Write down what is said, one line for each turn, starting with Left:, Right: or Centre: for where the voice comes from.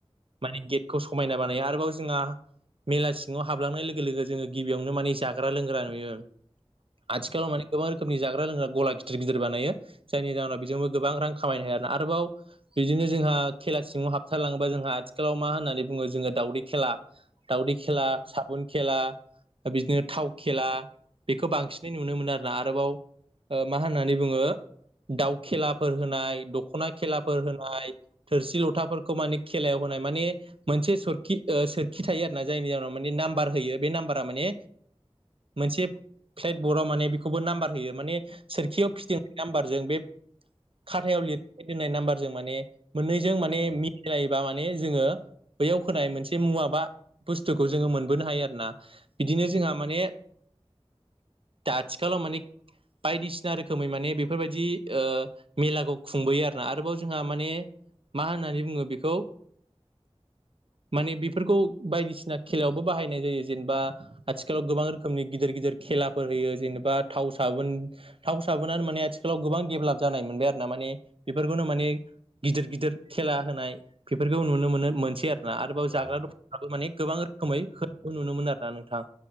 Right: माने गेटखौ समायना बानायो आरोबाव जोंहा मेला सिङाव हाबलांनाय लोगो लोगो जोङो गिबियावनो माने जाग्रा लोंग्रा नुयो आथिखालाव माने गोबां रोखोमनि जाग्रा लोंग्रा गला गिदिर गिदिर बानायो जायनि जाहोनाव बेजोंबो गोबां रां खामायनो हाया आरोना आरोबाव बिदिनो जोंहा खेला सिङाव हाबथारलाङोबा जोंहा आथिखालाव मा होननानै बुङो जोङो दावदै खेला दाउदै खेला साबुन खेला बिदिनो थाव खेला बेखौ बांसिनै नुनो मोनो आरो ना आरोबाव मा होननानै बुङो दाउ खेलाफोर होनाय दखना खेलाफोर होनाय थोरसि लथाफोरखौ माने खेलायाव होनाय माने मोनसे सोरखि ओ सोर खिथायो आरोना जायनि जाउनाव माने नाम्बार होयो बे नामबार थारमाने मोनसे प्लेद बर्दाव माने बेखौबो नामबार होयो माने सोरखियाव फिदिंनाय नाम्बारजों बे खाथायाव लिरना दोननाय नाम्बारजों माने मोननैजों माने
Left: औ
Right: मिलालायोबा माने जोङो बैयाव होनाय मोनसे मुवा बा बुस्थुखौ
Left: औ
Right: जोङो मोनबोनो हायो आरो ना बिदिनो
Left: औ
Right: जोंहा माने दा आथिखालाव माने बायदिसिना रोखोमै माने बे बेफोरबायदि ओ मेलाखौ खुंबोयो आरोना आरोबाव जोंहा माने
Left: औ
Right: मा होननानै बुङो बेखौ माने बेफोरखौ बायदिसिना खेलायावबो बाहायनाय जायो जेनेबा आथिखालाव
Left: औ
Right: गोबां रोखोमनि गिदिर गिदिर खेलाफोर होयो जेनेबा थाव साबोन थाव साबोनानो माने आथिखालाव गोबां डेभेलप जानाय मोनबाय आरो ना माने बेफोरखौनो माने गिदिर गिदिर खेला होनाय बेफोरखौ नुनो मोनो मोनसै आरोना आरोबाव
Left: औ ओ
Right: जाग्रा द माने गोबां रोखोमै होनखौ नुनो मोनो आरोना नोंथां